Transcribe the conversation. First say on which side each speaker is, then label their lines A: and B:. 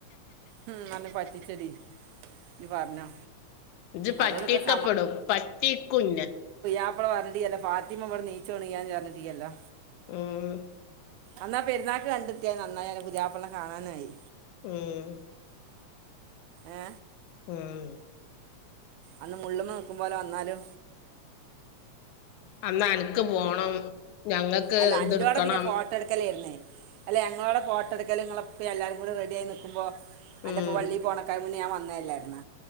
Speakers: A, on the right; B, on the left.
A: ഉം അനെപറ്റിച്ചെടി നീ പറഞ്ഞോ
B: ഇത് പറ്റക്കപ്പെടും
A: അതോണ്ടൊക്കെ ഒരു
B: പറ്റീക്കുന്നെ
A: മാപ്പള പറഞ്ഞിട്ടി അന്റെ ഫാത്തിമനിച്ചോ ന്നില് നീച്ചുണിഞാന്ന് പറഞ്ഞിട്ടീല്ലോ
B: ഉം.
A: എന്നാ പെരുന്നാക്ക് കണ്ടെത്തിയ നന്നായിഅ ന്റെപുതിയാപ്ല കാണാനയി
B: ഉം
A: ഏ
B: ഉം
A: അന്ന് മുള്ളുമ നോക്കുമ പോോലെ വന്നാലു
B: അന്നാ അനിക്ക് പോണം ഞങ്ങൾക്ക്
A: അല്ല
B: ഇത്ടുക്കണം
A: അന്റോടെ പിന്നെ ഫോട്ടോ എടുക്കലായിരുന്നേ അല്ല ഞങ്ങളോടെ ഫോട്ട എടുക്ക എലങ്ങളപ്പോ എല്ലാരും കൂടെ റെഡി ക്കല്ല ആയി നക്കുമ്പോ അന്റെ
B: ഉം.
A: ഇപ്പ വള്ളിൽ പോണക്കായുമ മുന്ന ഞാൻ വന്താണെ ഞാൻ വന്നതല്ലായിുന്ന